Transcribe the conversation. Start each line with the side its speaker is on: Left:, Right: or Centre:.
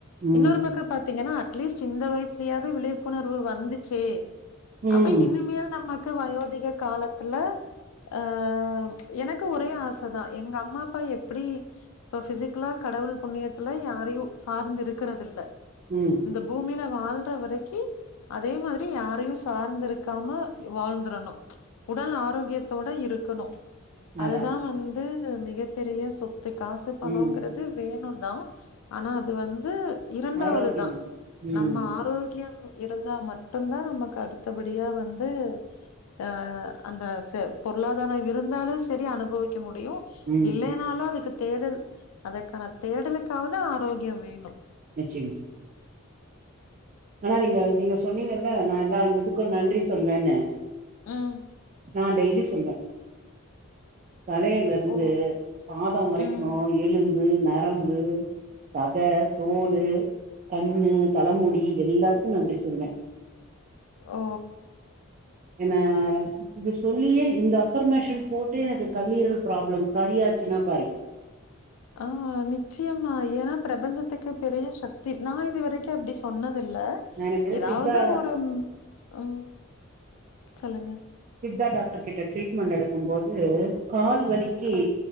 Right: ம்
Left: இன்னொரு பக்கம் பாத்தீங்கன்னா அட்லீஸ் இந்த வயசுலயாவது விழிப்புணர்வு வந்துச்சே
Right: ம்
Left: அப்ப இனிமேல் நம்ம க்கு வயோதிகா காலத்துல ஆ எனக்கு ஒரே ஆசை தா எங்க அம்மா அப்பா எப்புடி இப்ப பிசிக்கலா கடவுள் புண்ணியத்துல யாரையு சார்ந்து இருக்கறது இல்ல
Right: ம்
Left: இந்த பூமியில வாழ்ற வரைக்கி அதே மாறி யாரையு சார்ந்து இருக்காம வாழ்ந்துரணு உடல் ஆரோக்கியத்தோட இருக்கணு அது
Right: அதா
Left: தா வந்து மிகப் பெரிய சொத்து காசு பண
Right: ம்
Left: ங்கிறது வேணு தா ஆனா அது வந்து இரண்டாவது
Right: ஆரோக்கியமிக்க
Left: தா
Right: ம்
Left: நம்ம ஆரோக்கியம் இருந்தா மட் மட்டு தா நமக்கு அடுத்த படியா வந்து ஆ அந்த ச பொருளாதார இருந்தாலு சரி அனுபவிக்க முடியும்
Right: ம்
Left: இல்லைனாலு அதுக்கு தேடல் அதுக்கான தேடலுக்காக தா ஆரோக்கியம் வேணு
Right: நிச்சயமா ஆனா நீங்க நீங்க சொன்னீங்கல்ல நா எல்லாரு இதுக்கு நன்றி சொல்லு வேன்னு
Left: ம்
Right: நா டெய்லி சொல்லுவே தலையில இருந்து
Left: ஓ.
Right: பாதம் வரைக்கு
Left: ம்.
Right: எலும் பு நரம்பு சத தோலு கண்ணு தலைமு டி எல்லாத்துக்கு நன்றி சொல்லுவே
Left: ஓ
Right: என்ன இது சொல்லியே இந்த அஃபர்மேஷன் போட்டு எனக்கு கல்லீரல் ப்ராப்ளம் சரியாச்சுன்னா பாரு
Left: ஆ நிச்சயமா ஏன்னா பிரபஞ்சத்துக்கு பெரிய சக்தி நா இதுவரைக்கு அப்புடி சொன்னதில்ல
Right: நா எனக்கு
Left: ஏதாவது
Right: சித்தா
Left: ஒரு ம் சொல்லுங்க
Right: சித்தா டாக்டர் கிட்ட ட்ரீட்மெண்டட் எடுக்கு போது கால் வலிக்கு
Left: ஆ.